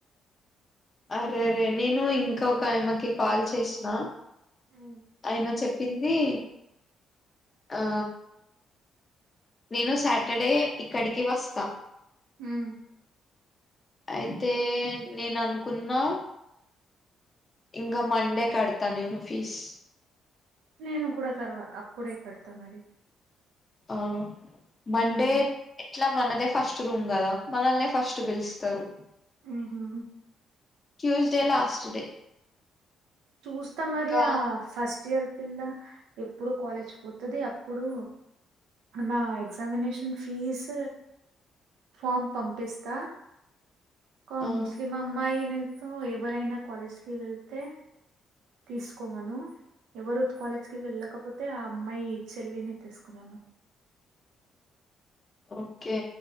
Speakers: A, on the left; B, on the right.
A: అరేరే నేను ఇంకా ఒక ఆయమ్మకి కాల్ చేసిన
B: ఉమ్
A: ఆయమ చెప్ పింది ఆ నేను సాటర్డే ఇక్కడికి వస్తా
B: హ్మ్మ్
A: అయితే నేను అనుకున్నా ఇంకా మండే కడతా నేను ఫీస్
B: నేను కూడా తర్వా అప్పుడే కడతా మరి
A: అవు మండే
B: ఉమ్
A: ఇట్లా మనదే ఫస్ట్ రూమ్ గదా మనల్నే ఫస్ట్ పిలుస్తారు
B: ఉహు
A: ట్యూస్డే లాస్ట్ డే
B: చూస్తా మరి
A: ఇంకా
B: ఆ ఫస్ట్ ఫట్ ఇయర్ పిల్ల ఎప్పుడు కాలేజ్ పోతది అప్పుడు అనా ఎక్జామినేషన్ ఫీస్ ఫామ్ పంపిస్తా ఒక
A: ఆ
B: ముస్లిం అమ్మాయి నేతో ఎవరైనా కాలేజ్కి వెళ్తే తీసుకోమను ఎవరు కాలేజ్కి వెళ్ళకపోతే ఆ అమ్మాయి చెల్లిని తీసుకున్నాను
A: ఓకే